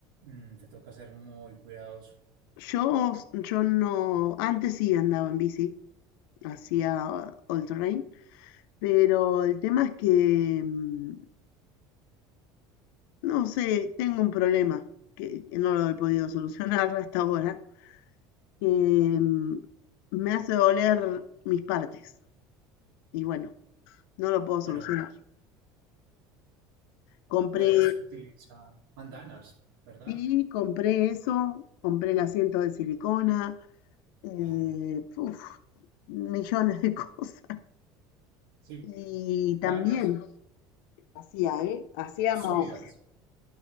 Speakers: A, on the right (about 85°); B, on the left (about 80°).
A: Mm, te toca ser muy cuidadoso.
B: Yo, yo no, antes sí andaba en bici, hacía all terrain, pero el tema es que, mm, no sé, tengo un problema que, que no lo he podido solucionar <laughs> hasta ahora, que mm, me hace doler mis partes. Y bueno, no lo puedo solucionar.
A: Bueno,
B: Compré,
A: puedes utilizar bandanas, ¿verdad?
B: sí, compré eso, compré el asiento de silicona, eh,
A: Ajá.
B: puf, millones de <laughs> cosas.
A: Sí,
B: Y
A: bandanas
B: también hacía, ¿eh? Hacíamos,
A: sólidas.